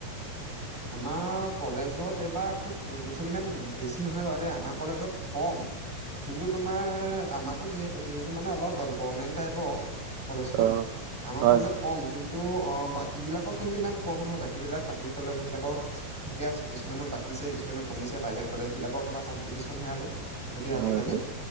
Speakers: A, in the centre; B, on the right (about 75°).
A: আমাৰ কলেজত এইবাৰ খুব ল'ৰা ছোৱালী ইমান বেছি নহয় বাৰু দেই আমাৰ কলেজত কম। কিন্তু তোমাৰ আমাৰতো যিহেতু যিহেতু মানে অলপ গভমেণ্ট টাইপৰ কলেজখন
B: অ',
A: আমাৰ
B: হয়,
A: ফালে কম কিন্তু অ, বাকীবিলাকত কিন্তু ইমান কম নহয় বাকীবিলাক বাকী কলেজবিলাক কত ঠিকে আছে কিছুমানত বাঢ়িছে কিছুমানত কমিছে প্ৰাইভেট কলেজবিলাকৰ তোমাৰ কম্পিটিশ্যনহে আৰু। গোটেই আজিকালি
B: হয়, হয়,